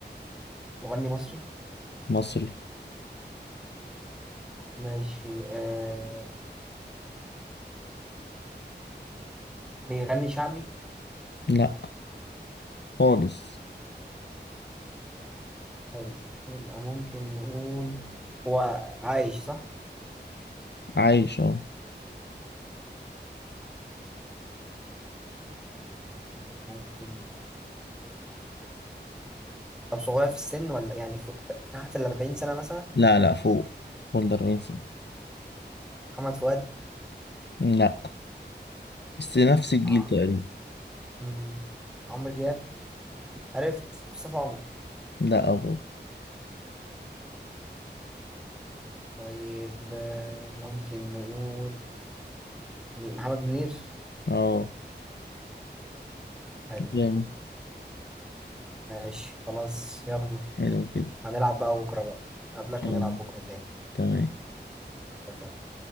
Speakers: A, in the centre; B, on the left.
A: مغني مصري
B: مصري
A: ماشي آه بيغني شعبي
B: لا خالص
A: حلو. يبقى ممكن نقول هو عايش صح
B: عايش اهو
A: ممكن طب صغير في السن ولا يعني فوق... تحت ال 40 سنه مثلا
B: لا لا فوق بولدر وينسون
A: محمد فؤاد
B: لا بس نفس الجيل
A: ع...
B: تقريبا
A: مم. عمرو دياب عرفت مصطفى عمر
B: لا أبو
A: طيب آه، ممكن نقول مي- محمد منير
B: اه
A: حلو
B: جامد
A: ماشي خلاص يلا
B: حلو كده
A: هنلعب بقى بكرة بقى قبلك
B: كلام
A: ونلعب بكرة تاني
B: تمام
A: اتفقنا